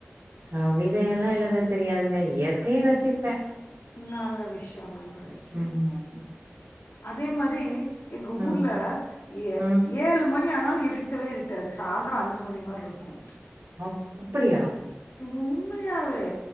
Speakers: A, on the right; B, on the left.
A: கவிதை எல்லா எழுத தெரியாதுங்க இயற்கைய ரசிப்பே
B: நல்ல விஷயோ நல்ல விஷயோ
A: ம்
B: அதே மாரி எங்க
A: ம்
B: ஊர்ல இய
A: ம்
B: இ ஏழு மணி ஆனாலு இருட்டவே இருட்டாது சாந்தரோ அஞ்சு மணி மாரிருக்கு
A: அப் அப்படியா
B: உண்மையாவே